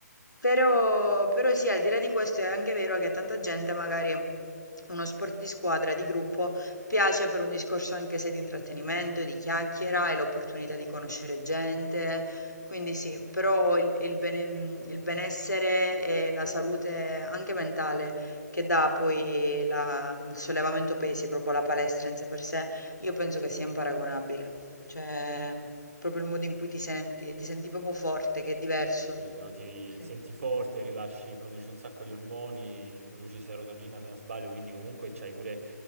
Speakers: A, on the left; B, on the right.
A: Però, però sì, al di là di questo è anche vero che a tanta gente magari uno sport di squadra, di gruppo, piace per un discorso anche se di intrattenimento, di chiacchiera e l'opportunità di conoscere gente. Quindi sì, però il, il bene- il benessere e la salute anche mentale che dà poi la- il sollevamento pesi, proprio la palestra in sé per sé, io penso che sia imparagonabile. Cioè, proprio il modo in cui ti senti, ti senti proprio forte, che è diverso.
B: Quindi, no, ti
A: Sì,
B: senti forte, rilasci, produci un sacco di ormoni, produci serotonina se non sbaglio, quindi comunque c'hai pure